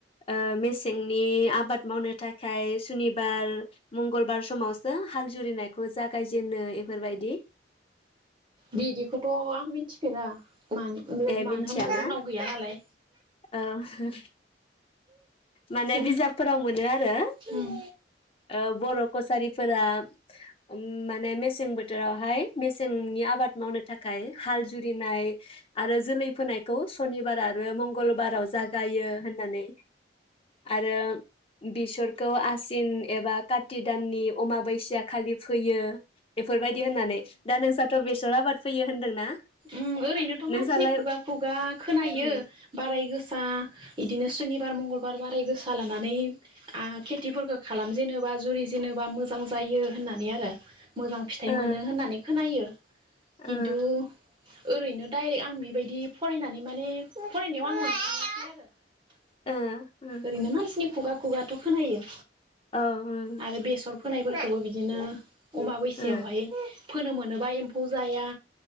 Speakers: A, on the left (about 30°); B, on the right (about 30°).
A: ओ मेसेंनि आबाद मावनो थाखाय सुनिबार मंगलबार समाव सो हाल जुरिनायखौ जागायजेनो इफोरबायदि?
B: बिदिखौथ' आं मिथिफेरा मानो
A: ए मिनथिया
B: मानो होनबा
A: ना
B: जोंनाव गैया नालाय
A: ओ होहो माने
B: जों
A: बिजाब फोराव मोनो आरो
B: उम
A: ओ बर' कछारिफोरा ओम माने मेसें बोथोराव मेसेंनि आबाद मावनो थाखाय हाल जुरिनाय आरो जोलै फोनायखौ सनिबार आरो मंगलबाराव जागायो होननानै आरो बेसरखौ आसिन एबा कारति दाननि अमाबैसिया खालि फोयो इफोरबायदि होननानै दा नोंसाथ' बेसर आबाद फोयो होनदोंना
B: ओम ओरैनोथ' मानसिनि
A: नोंसालाय
B: खुगा खुगा खोनायो
A: उम
B: बाराय गोसा इदिनो सम सुनिबार मंगलबार बाराय गोसा लानानै आ खेथि खालाम जेनोबा जुरि जेनोबा मोजां जायो होननानै मोजां फिथाइ
A: ओ
B: मोनो होननानै खोनायो किनथु
A: ओ
B: ओरैनो डायरेक्ट आं बिबायदि फरायनानै माने फायनायाव आं <unintelligible>
A: ओ ओ
B: ओरैनो मानसिनि खुगा खुगाथ' खोनायो
A: औ उम
B: आरो बेसर फोनायफोरखौबो बिदि बिदिनो अमा बैसायावहाय
A: ओ
B: फोनो मोनोबा एम्फौ जाया,